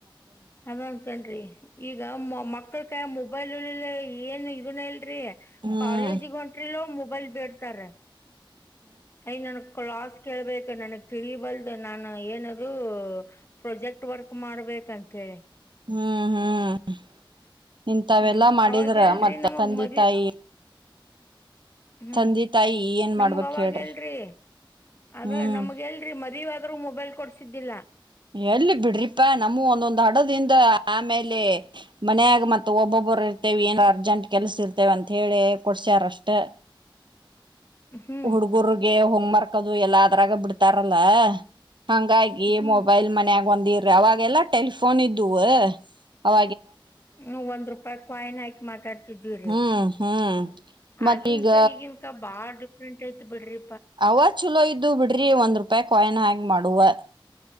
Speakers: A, on the left (about 30°); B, on the right (about 60°).
A: ಅದ ಅಂಕೋಲ್ರಿ ಈಗ ಮೊ ಮಕ್ಕಳ ಕೈಯಾಗ ಮೊ ಮೊಬೈಲ್ ಏನ್ ಇದನ ಇಲ್ರಿ
B: ಹ್ಮ್
A: ಕಾಲೇಜ ಗ ಹೊಂಟ್ರ ಇಲ್ಲೋ ಮೊ ಬೈಲ್ ಬೇಡತಾರ ಐ ನನ್ ಕ್ಲಾಸ್ ಕೇೇಳಬೇಕ ನನಗ್ ತಿಳಿ ವಲ್ದಾ ನಾನು ಏನದು ಪ್ರಜೆಕ್ಟ್ ವರ್ಕ್ ಮಾಡ್ಬೇಕ. ಬೇಕ ಅಂತ ಹೇಳಿ.
B: ಹ್ಮ್ ಹ್. ನಿಂತಾವೆಲ್ಲಾ
A: ಹ್ಮ್
B: ಮಾಡಿದ್ರ
A: ಅವಾಗ ಎಲ್ರಿ
B: ಮತ್ತ
A: ನಮಗ್
B: ತಂದೆ
A: ಮದ್ವಿ
B: ತಾಯಿ
A: ಹ್ಮ್
B: ತಂದಿ ತಾಯಿ ಏನ್
A: ನಮಗ
B: ಮಾಡ್ಬೇಕ್
A: ಅವಾಗ
B: ಹೇಳ್ರಿ
A: ಎಲ್ರಿ ಅದ
B: ಹ್ಮ್
A: ನಮ್ಗೆ ಎಲ್ರರಿ ಮದವಿ ಆದ್ರೂ ಮೊಬೈಲ್ ಕೊಡ್ಸಿದ್ದಿಲ್ಲ
B: ಎಲ್ಲಿ ಬಿಡ್ರಿಪಾ ನಮೂ ಒಂದೊಂದ್ ಹಡದಿಂದ ಆಮೇಲೆ ಮನಾಗ ಮತ್ತ ಒಬ್ಬೊಬ್ಬರು ಇರ್ತೇವಿ ಏನ ಅರ್ಜೆಂಟ್ ಕೆಲಸ ಇರ್ತೇವ ಅಂತ ಹೇಳಿ ಕೊಡ್ಸ್ಯಾರಷ್ಟ
A: ಹ್ಮ್
B: ಹುಡ್ಗರ್ಗೆ ಮರ್ಕೋದು ಎಲ್ಲಾ ಅದರಾಗ ಬಿಡ್ತಾರಲ್ಲ ಹಂಗಾಗಿ
A: ಹ್ಮ್
B: ಮೊ ಮನೆಗೊಂದು ಅವಾಗೆಲ್ಲ ಟೆಲಿಫೋನ್ ಇದವು ಅವ
A: ಹ ಒಂದ ರೂಪಾಯಿ ಕಾಯನ್ ಹಾಕ್ ಮಾತಾಡ್ <unintelligible>
B: ಹ್ಮ್ ಹ್ಮ್ ಮತ್ತೀಗ
A: ಆಗಿನ್ಕ ಈಗಿನ್ಕ ಬಾಳ ಡಿಫ್ರೆಂಟ್ ಐತ್ ಬಿಡ್ರಿ
B: ಅವ ಚಲೋ ಇದ್ದು ಬಿಡ್ರಿ ಒಂದ್ ರೂಪಾಯಿ ಕಾಯಿನ್ ಹ್ಯಾಂಗ್ ಮಾಡುವ